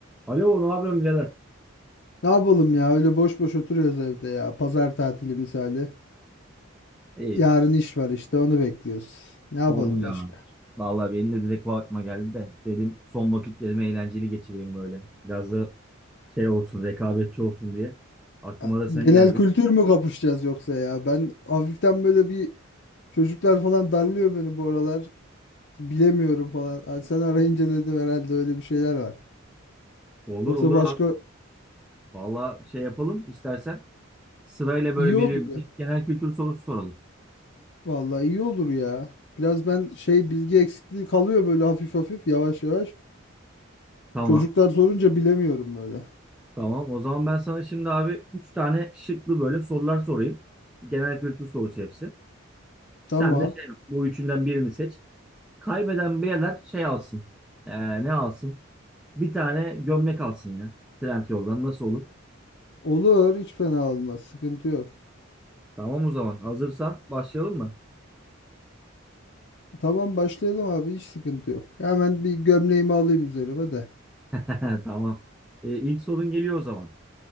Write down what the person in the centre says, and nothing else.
Alo, ne yapıyorsun birader?
İyi.
Sorma ya.
Vallahi benim de direkt bu aklıma geldi de. Dedim son vakitlerimi eğlenceli geçireyim böyle. Biraz da şey olsun, rekabetçi olsun diye. Aklıma
da sen
geldin.
Olur
olur
abi. Vallahi şey yapalım istersen. Sırayla böyle
birbirimize
genel kültür sorusu soralım.
Tamam.
Tamam. O zaman ben sana şimdi abi 3 tane şıklı böyle sorular sorayım. Genel kültür sorusu hepsi.
Sen de şey yap, bu üçünden birini seç. Kaybeden birader şey alsın. Ee, ne alsın? Bir tane gömlek alsın ya. Trendyol'dan nasıl olur?
Tamam o zaman. Hazırsan başlayalım mı?
<laughs> Tamam. E, ilk sorun geliyor o zaman.